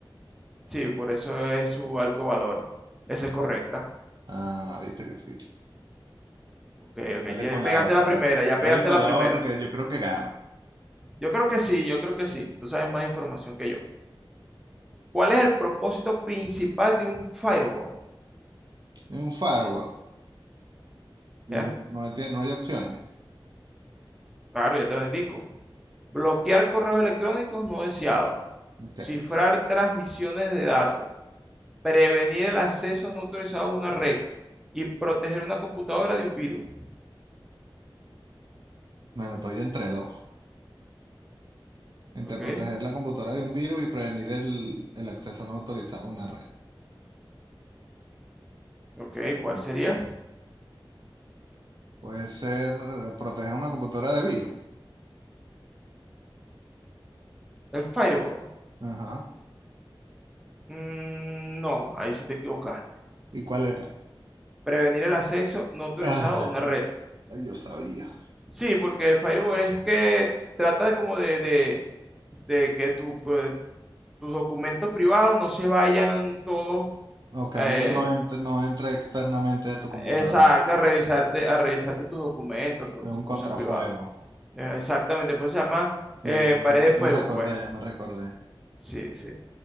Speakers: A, in the centre; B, on the right.
A: sí, por eso es su alto valor. Esa es correcta.
B: Ah, viste que sí.
A: Ok, ok,
B: Dale
A: ya
B: con
A: pegaste
B: la otra,
A: la primera,
B: a ver.
A: ya
B: Dale
A: pegaste
B: con
A: la
B: la
A: primera.
B: otra que yo creo que gano.
A: Yo creo que sí, yo creo que sí. Tú sabes más información que yo. ¿Cuál es el propósito principal de un firewall?
B: Un firewall. Y
A: ¿Ya?
B: no, no, tiene- no hay opciones.
A: Claro, ya te lo indico. Bloquear correos electrónicos no deseados.
B: Ok.
A: Cifrar transmisiones de datos. Prevenir el acceso no autorizado a una red. Y proteger una computadora de un virus.
B: Bueno, estoy entre dos. entre
A: Ok,
B: proteger la computadora de un virus y prevenir el, el acceso no autorizado a una red.
A: ok, ¿cuál
B: Ah,
A: sería?
B: Puede ser eh, proteger una computadora de virus.
A: El firewall.
B: Ajá.
A: Mm, no, ahí sí te equivocas.
B: ¿Y cuál era?
A: Prevenir el acceso no autorizado
B: Ah,
A: a una red.
B: ay, yo sabía.
A: Sí, porque el firewall es que trata como de, de, de que tu, pues, tus documentos privados no se vayan todos
B: No, que
A: eh,
B: alguien no entre, no entre externamente a tu computadora.
A: exacto, a revisarte, a revisarte tus documentos, tu-
B: Es
A: tus
B: un
A: cosas
B: contrafuego.
A: privadas. Eh, exactamente, pues se llama
B: Sí,
A: eh,
B: sí,
A: pared de
B: ya
A: fuego,
B: me recordé,
A: pues.
B: ya me recordé.
A: Sí, sí.